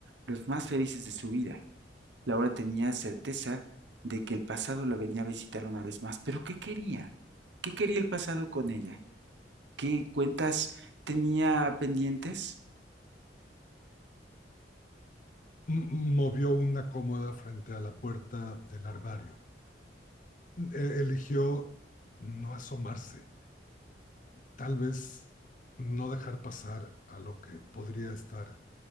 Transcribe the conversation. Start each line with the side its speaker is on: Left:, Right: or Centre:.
Right: los más felices de su vida. Laura tenía certeza de que el pasado la venía a visitar una vez más, pero ¿qué quería? ¿Qué quería el pasado con ella? qué cuentas tenía pendientes,
Left: M- movió una cómoda frente a la puerta del armario. E- eligió no asomarse tal vez no dejar pasar a lo que podría estar